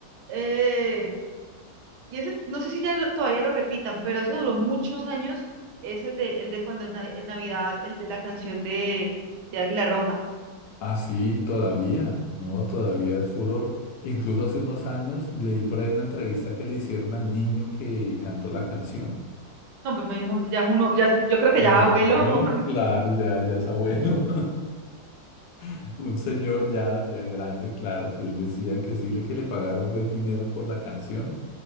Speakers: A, on the right; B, on the left.
A: eh, y ese, no sé si ya lo- todavía lo repitan, pero ese duró muchos años, es el de, el de cuando en, na- en Navidad, el de la canción de, de Águila Roja.
B: Ah, sí, todavía, no, todavía es furor. Incluso hace unos años leí por ahí una entrevista que le hicieron al niño que cantó la canción.
A: No, pues me dijo, ya es uno, ya, es- yo creo que
B: No,
A: ya es abuelo,
B: no, claro, ya, ya es abuelo. <laughs> Un señor ya, ya grande, claro. Y él decía que sí, le que le pagaron buen dinero por la canción